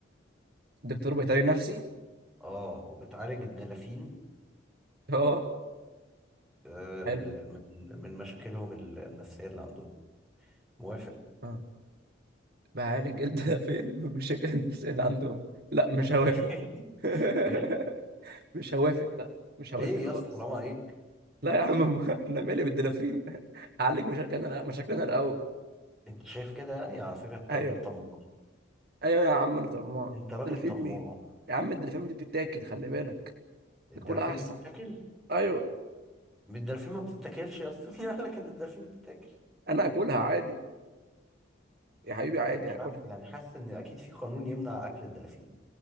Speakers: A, on the right; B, in the centre.
A: دكتور بيطري نفسي
B: اه وبتعالج الدلافين
A: اه
B: آه،
A: حلو
B: ب- من من مشاكلهم النفسية اللي عندهم موافق؟
A: اه بعالج الدافين بمشاكل النفسية اللي عندهم لا مش هوافق
B: <laughs>
A: <laughs>
B: ايه؟
A: مش هوافق لا مش هوافق
B: ليه يا
A: خالص
B: اسطى حرام عليك؟
A: لا يا عم ما- انا مالي بالدلافين <laughs> اعالج مشاكلنا انا مشاكلنا الاول
B: انت شايف كده يعني على فكرة انت
A: ايوه
B: راجل طماع
A: ايوه يا عم انا طماع
B: انت راجل
A: دلافين
B: طماع
A: مين يا عم الدلافين دي بتتاكل خلي بالك
B: الدلافين
A: ناكلها احسن
B: بتتاكل
A: ايوه
B: الدلافين ما بتتاكلش يا اسطى <laughs> مين قال لك ان الدلافين بتتاكل
A: انا اكلها عادي يا حبيبي عادي
B: انا مش
A: هاكلها
B: عارف يعني حاسس ان اكيد في قانون يمنع اكل الدلافين